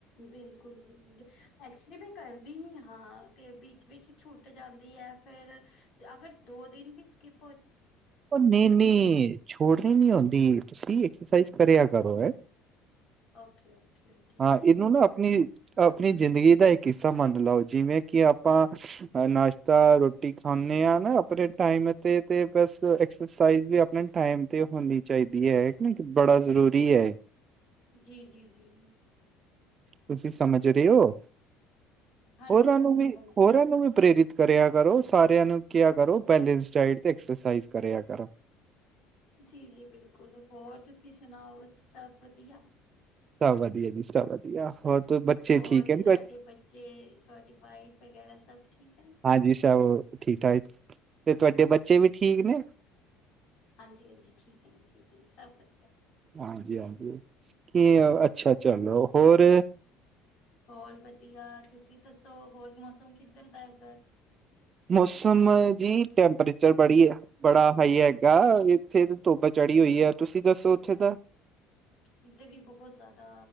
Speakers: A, on the left (about 45°); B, on the right (about 25°).
A: ਬਿਲਕੁਲ ਜੀ ਬਿਲਕੁਲ ਅੱਛਾ ਮੈਂ ਕਰਦੀ ਹੀ ਹਾਂ ਤੇ ਵਿੱਚ ਵਿੱਚ ਛੁੱਟ ਜਾਂਦੀ ਹੈ। ਫੇਰ ਅਗਰ ਦੋ ਦਿਨ ਵੀ ਸਕੀਪ
B: ਉਹ ਨਹੀਂ ਨਹੀਂ ਛੋੜਨੀ ਨਹੀਂ ਹੁੰਦੀ। ਤੁਸੀਂ ਐਕਸਰਸਾਈਜ਼ ਕਰਿਆ ਕਰੋ ਹੈ।
A: ਓਕੇ-ਓਕੇ, ਓਕੇ ਓਕੇ
B: ਹਾਂ
A: ਜੀ,
B: ਇਹਨੂੰ ਨਾ ਆਪਣੀ ਅ ਅਪਨੀ ਜ਼ਿੰਦਗੀ ਦਾ ਇੱਕ ਹਿੱਸਾ ਮੰਨ ਲਓ ਜਿਵੇਂ ਕਿ ਆਪਾਂ ਨਾਸ਼ਤਾ ਰੋਟੀ ਖਾਂਨੇ ਆ ਨਾ ਅਪਨੇ ਟਾਈਮ ਤੇ ਤੇ ਬਸ ਐਕਸਰਸਾਈਜ਼ ਵੀ ਅਪਨੇ ਟਾਈਮ ਤੇ ਹੋਨੀ ਚਾਹੀਦੀ ਹੈ। ਨਾ ਬੜਾ ਜ਼ਰੂਰੀ ਹੈ।
A: ਜੀ, ਜੀ, ਜੀ ਜੀ
B: ਤੁਸੀਂ ਸਮਝ ਰਹੇ ਹੋ
A: ਹਾਂਜੀ-ਹਾਂਜੀ,
B: ਹੋਰਾਂ
A: ਹਾਂਜੀ। ਹਾਂਜੀ
B: ਨੂੰ ਵੀ
A: ਹਾਂਜੀ
B: ਹੋਰਾਂ ਨੂੰ ਵੀ ਪ੍ਰੇਰਿਤ ਕਰਿਆ ਕਰੋ ਸਾਰਿਆਂ ਨੂੰ ਕਿਹਾ ਕਰੋ ਬੈਲਸ ਡਾਇਟ ਤੇ ਐਕਸਰਸਾਈਜ਼ ਕਰਿਆ ਕਰੋ
A: ਜੀ, ਜੀ ਬਿਲਕੁਲ ਹੋਰ ਤੁਸੀਂ ਸੁਣਾਓ ਸਭ ਵਧੀਆ
B: ਸਭ ਵਧੀਆ ਜੀ ਸਭ ਵਧੀਆ ਹੋਰ ਤੇ ਬੱਚੇ
A: ਹੋਰ
B: ਠੀਕ ਹੈ
A: ਤੁਹਾਡੇ ਬੱਚੇ ਤੁਹਾਡੀ ਵਾਈਫ ਵਗੈਰਾ ਸਭ ਠੀਕ ਹਨ
B: ਹਾਂਜੀ ਸਭ ਠੀਕ ਠਾਕ ਤੇ ਤੁਹਾਡੇ ਬੱਚੇ ਵੀ ਠੀਕ ਨੇ
A: ਹਾਂਜੀ, ਹਾਂਜੀ ਠੀਕ ਨੇ ਠੀਕ ਨੇ ਸਭ ਵਧੀਆ
B: ਹਾਂਜੀ, ਹਾਂਜੀ ਕੀ ਅੱਛਾ ਚਲੋ ਹੋਰ
A: ਹੋਰ ਵਧੀਆ ਤੁਸੀਂ ਦੱਸੋ ਹੋਰ ਮੌਸਮ ਕੀਦਾ ਦਾ ਉੱਧਰ
B: ਮੌਸਮ ਜੀ, ਟੈਂਪਰੇਚਰ ਬੜੀ ਬੜਾ ਹਾਈ ਹੈਗਾ ਇੱਥੇ ਧੁੱਪ ਚ' ਚੜੀ ਹੋਈ ਹੈ ਤੁਸੀਂ ਦੱਸੋ ਉੱਥੇ ਦਾ
A: <unintelligible> ਇੱਧਰ ਵੀ ਬਹੁਤ ਜ਼ਿਆਦਾ